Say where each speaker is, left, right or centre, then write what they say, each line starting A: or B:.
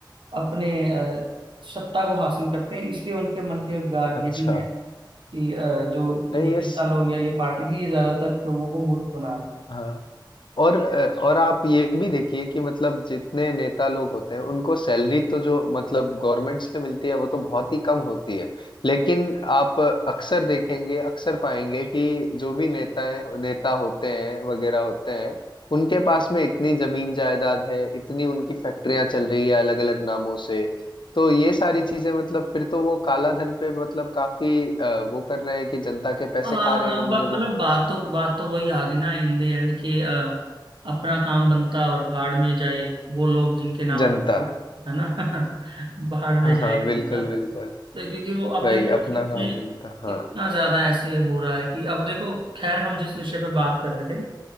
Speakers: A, on the right; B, on the left.
A: अपने अ, सत्ता को हासिल करते हैं इसलिए उनके मन के उद्गार
B: अच्छा
A: यही हैं कि अ, जो ये
B: नहीं
A: नेता
B: ये
A: लोग या ये पार्टी है ये ज्यादातर लोगों को मूर्ख बना रहे हैं।
B: हाँ और अ, और आप ये भी देखिए कि मतलब जितने नेता लोग होते हैं उनको सैलरी तो जो मतलब गवर्नमेंट से मिलती है वो तो बहुत ही कम होती है लेकिन आप अक्सर देखेंगे अक्सर पाएंगे कि जो भी नेताएं नेता होते हैं वगैरह होते हैं उनके पास में इतनी जमीन जायदाद है इतनी उनकी फैक्ट्रियां चल रही है अलग अलग नामों से तो ये सारी चीजें मतलब फिर तो वो काला धन पे मतलब काफी अ, वो कर रहे हैं कि जनता के पैसे
A: हाँ
B: खा रहे
A: हाँ
B: होंगे
A: बा-
B: वो
A: मतलब बात तो बात तो वही आ गई ना इन द एंड कि अ, अपना काम बनता और भाड़ में जाए वो लोग जिनके नाम
B: जनता
A: है ना <laughs> भाड़ में
B: हाँ
A: जाए
B: हाँ बिल्कुल
A: जनता
B: बिल्कुल
A: तो क्योंकि वो अब
B: वही
A: देखो ना
B: अपना
A: कितने
B: काम बनता हाँ
A: कितना ज्यादा ऐसे हो रहा है कि अब देखो खैर हम जिस विषय पे बात कर रहे थे